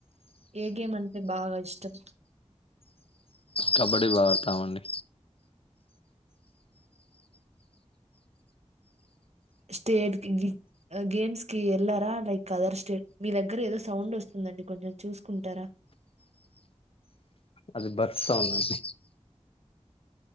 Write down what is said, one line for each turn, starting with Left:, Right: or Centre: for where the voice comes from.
Right: ఏ గేమ్ అంటే బాగా ఇష్టం
Left: కబడ్డీ బాగా ఆడతామండి
Right: స్టేట్ కి గేమ్స్ కి వెళ్లారా లేక అదర్ స్టేట్ కి వెళ్లారా
Left: అది బర్డ్స్ సాంగ్ అండి